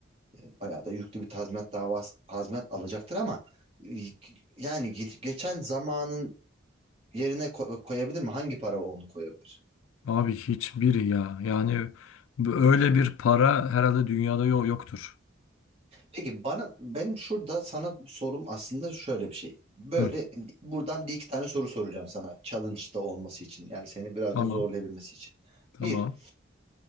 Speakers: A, on the right; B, on the left.
A: e, bayağı da yüklü bir tazminat davası tazminat alacaktır ama e, yani ge- geçen zamanın yerine ko- koyabilir mi? Hangi para onu koyabilir?
B: Abi hiçbiri ya. Yani bu-
A: Hı
B: öyle bir para herhalde dünyada yok yoktur.
A: Peki bana benim şurada sana sorum aslında şöyle bir şey. Böyle
B: Hı,
A: buradan bir iki tane soru soracağım sana challenge'da olması için. Yani seni biraz
B: tamam,
A: da zorlayabilmesi için.
B: tamam.
A: Bir,